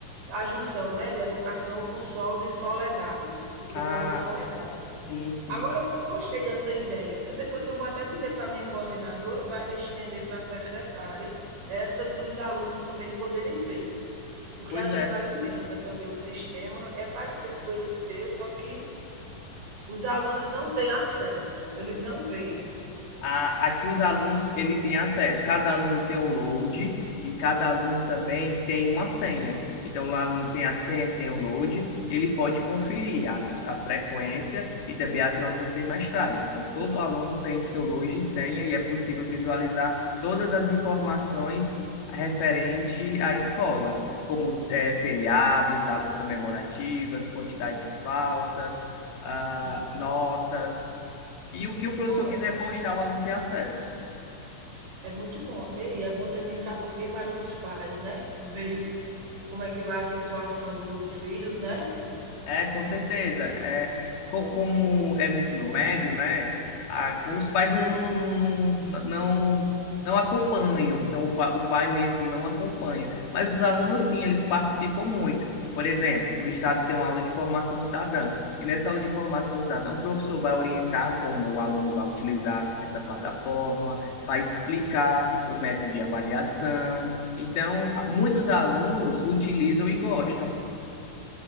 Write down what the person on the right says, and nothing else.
a junção, né, de educação com sol de soledade, porque
eu moro em Soledade.
Agora, eu gostei dessa ideia, viu? Depois eu vou até dizer para a minha coordenadora, para ela estender para a secretária, essa dos alunos também poderem ver, porque
a gente
alimenta também o sistema, é parecido com esse teu, só que Os alunos não têm acesso, eles não veem.
Sim.
Bom,
é muito bom. E é bom também, sabe o quê? Para os pais, né? Verem como é que vai a situação do filho, né?